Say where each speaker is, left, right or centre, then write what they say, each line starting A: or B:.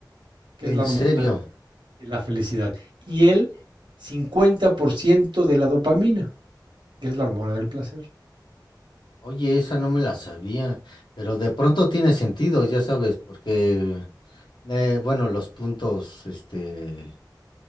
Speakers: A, on the right; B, on the left.
A: que
B: En
A: es la hormona.
B: serio.
A: de la felicidad y el 50% de la dopamina, que es la hormona del placer.
B: Oye, esa no me la sabía, pero de pronto tiene sentido, ya sabes, porque, eh, bueno, los puntos, este,